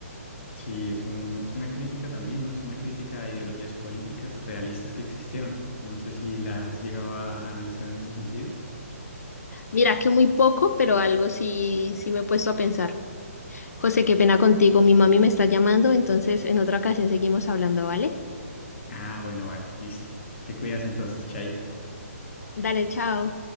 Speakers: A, on the left; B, on the left.
A: Sí, es un, es una crítica también, ¿no? Es una crítica a ideologías políticas realistas que existieron. No sé si las has llegado a analizar en ese sentido.
B: Mira que muy poco, pero algo sí, sí me he puesto a pensar. José, qué pena contigo, mi mami me está llamando, entonces en otra ocasión seguimos hablando, ¿vale?
A: Ah, bueno, vale, listo. Te cuidas entonces, Chaito.
B: Dale, chao.